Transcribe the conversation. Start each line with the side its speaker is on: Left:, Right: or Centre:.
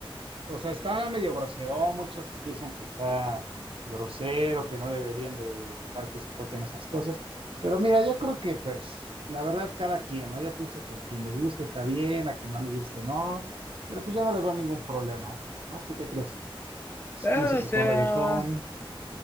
Right: o sea, está medio grosero. Muchos dicen que está grosero, que no deberían de dejar que se toquen esas cosas. Pero mira, yo creo que, pues, la verdad, cada quien, ¿no? Yo pienso que a quien le guste está bien, a quien no le guste no. Pero pues yo no le veo ningún problema, ¿no? ¿Tú qué crees?
Left: eh,
Right: música
Left: o sea,
Right: acá, reggaetón.
Left: o